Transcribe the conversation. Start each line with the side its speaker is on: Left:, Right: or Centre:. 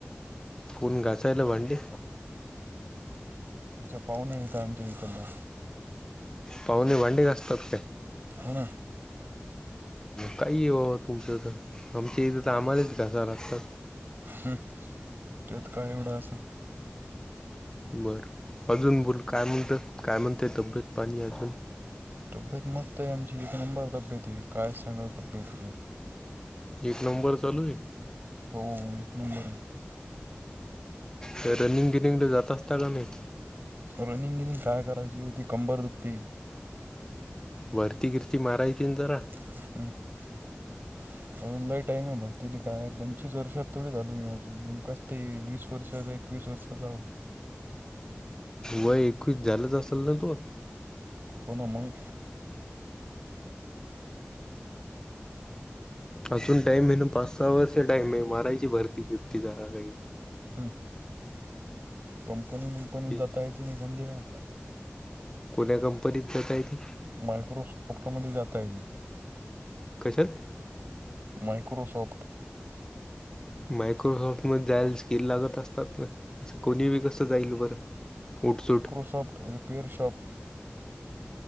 Left: कोण घासायल भांडे?
Right: च्या पाहूणे हाय त आमच्या इथल्ये.
Left: पाहुणे भांडे घासतात काय?
Right: हो ना.
Left: काही आहे बा तुमचं तर,, आमच्या इथं तर आम्हालाच घासा लागतात.
Right: हं त्यात काय एवढा असं
Left: बरं अजून बोल काय म्हणतय काय म्हणते तब्येत पाणी अजून
Right: तब्येत मस्त अमची एक नंबर तब्येत येे काय सांगावं तब्येतला
Left: एक नंबर चालू आहे
Right: होे एक नबरं
Left: ते रनिंग गिनिंगले जात असतात का मंग?
Right: रनिंग गिनिंग काय करायची वो ती कंबर दुखतेय.
Left: वरती गीर्ती मारायची न जरा.
Right: <inaudible> अजून लै टाईम आहे भरतीले काय पंचवीस वर्षात थोडी झालो मी आजून नेमकाच ते वीस वर्षाचा एक वीस वर्षाचा हावो.
Left: वय एकवीस झालंच असल न तुव?
Right: होण मगं?
Left: अजून टाईम हाय न पाच सहा वर्ष टाइम हाय मारायची भरती गीरती जरा कांहीं.
Right: हम्म. कंपनी गिपनीत
Left: ती
Right: जाता येते न एखांद्या.
Left: कोण्या कंपनीत जाता येते?
Right: मायक्रोसॉफ्टमध्ये जाता येते.
Left: कशात?
Right: मायक्रोसॉफ्ट.
Left: मायक्रोसॉफ्टमध्ये जायला स्किल लागत असतात ना? अस कोणी बी कसं जाईल बरं उठ सूट?
Right: सॉफ्ट पेयर शॉप